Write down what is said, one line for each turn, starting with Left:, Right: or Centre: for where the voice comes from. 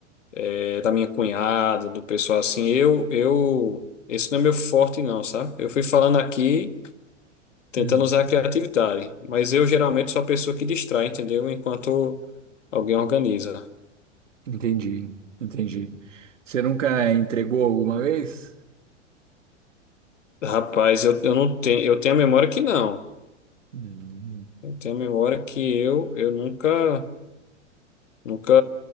Left: eh, da minha cunhada, do pessoal assim. Eu, eu, esse não é meu forte não, sabe? Eu fui falando aqui tentando
Right: Hum,
Left: usar a criatividade, mas eu geralmente sou a pessoa que distrai, entendeu? Enquanto alguém organiza.
Right: entendi, entendi. Você nunca entregou alguma vez?
Left: Rapaz, eu, eu não tenho, eu tenho a memória que não.
Right: Hum.
Left: Eu tenho a memória que eu, eu nunca, nunca